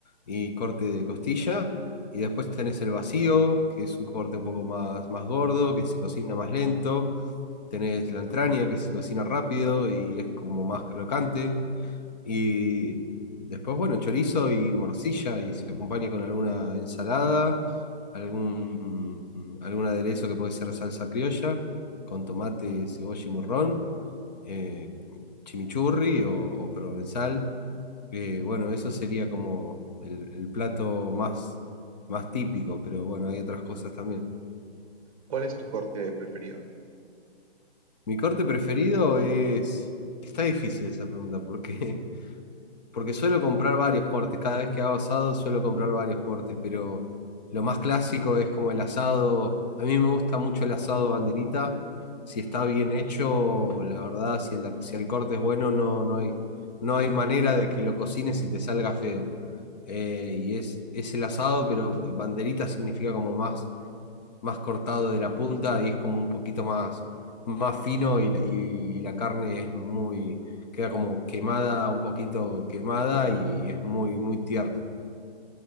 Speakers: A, on the left; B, on the right.
A: Y corte de costilla. Y después tenés el vacío, que es un corte un poco más, más gordo, que se cocina más lento tenés la entraña que se cocina rápido y es como más crocante. Y después, bueno, chorizo y morcilla y se acompaña con alguna ensalada, algún, algún aderezo que puede ser salsa criolla, con tomate, cebolla y morrón, eh, chimichurri o, o provenzal. Eh, bueno, eso sería como el, el plato más, más típico, pero bueno, hay otras cosas también.
B: ¿Cuál es tu corte preferido?
A: Mi corte preferido es... Está difícil esa pregunta, porque, <laughs> porque suelo comprar varios cortes. Cada vez que hago asado suelo comprar varios cortes, pero lo más clásico es como el asado. A mí me gusta mucho el asado banderita. Si está bien hecho, la verdad, si el, si el corte es bueno, no, no hay, no hay manera de que lo cocines y te salga feo. Eh, y es, es el asado, pero banderita significa como más más cortado de la punta y es como un poquito más, más fino y la, y la carne es muy, queda como quemada, un poquito quemada y es muy, muy tierna.